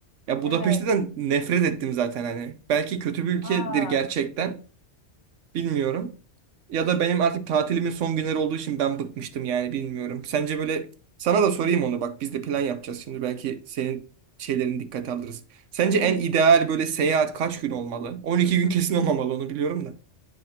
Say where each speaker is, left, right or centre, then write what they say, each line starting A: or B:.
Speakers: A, on the right; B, on the left.
A: Ya
B: Evet.
A: Budapeşte'den nefret ettim zaten hani. Belki kötü bir ülkedir
B: Aa.
A: gerçekten. Bilmiyorum. Ya da benim artık tatilimin son günleri olduğu için ben bıkmıştım yani bilmiyorum. Sence böyle sana da sorayım onu bak biz de plan yapacağız şimdi belki senin şeylerini dikkate alırız. Sence
B: Hı hı.
A: en ideal böyle seyahat kaç gün olmalı? 12 gün kesin olmamalı onu biliyorum da.